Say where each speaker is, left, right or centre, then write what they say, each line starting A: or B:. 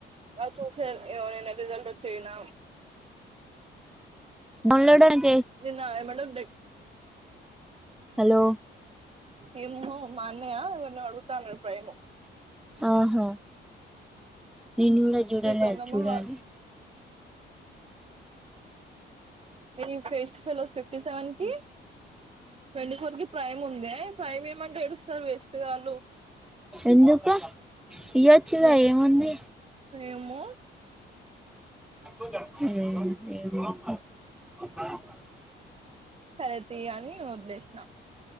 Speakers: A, on the right; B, in the centre.
A: ఆ చూస ఏవోనా రిజల్ట్ వచ్చయిన
B: బల్లడే
A: చిన్న ఎమ్మటే దగ్
B: హలో
A: అమ్మో మా అన్నయా ఎవ్వరిని అడుగుతా అన్నడు ప్రేము
B: అవును నిను కూడా జుడాల
A: ఈ దొంగ
B: జుడాల
A: మొహ ఉమ్ ఫెస్ట్ ఫెలిస్ ఫిఫ్టీ సెవెన్కి ట్వంటీ ఫోర్ కి ప్రైమ్ ఉంది ప్రైమ్ అయ్యమంటే ఏడుస్తరు వేస్ట్ గాళ్ళు
B: ఎందుకు ఇయ్యొచ్చుగా
A: ఏ
B: ఏముంది
A: ఏమో
B: <unintelligible>
A: సరేతి అని వదిలేషన